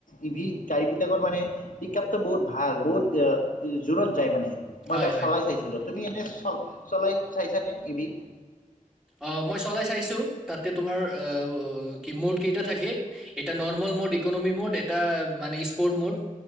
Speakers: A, on the left; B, in the centre.
A: ইভি গাড়ীবিলাকৰ মানে পিক আপটো বহুত ভাল, বহুত আ ই জোৰত যায় মানে। মই
B: হয়
A: এবাৰ
B: হয়।
A: চলাই চাইছিলো, তুমি এনে চ চলাই চাইছানে ই বি?
B: অ' মই চলাই চাইছো তাতে তোমাৰ অ অ' কি মুড কেইটা থাকে? এটা নৰ্মেল মুড ইকনমি মুড এটা মানে স্পৰ্ট মুড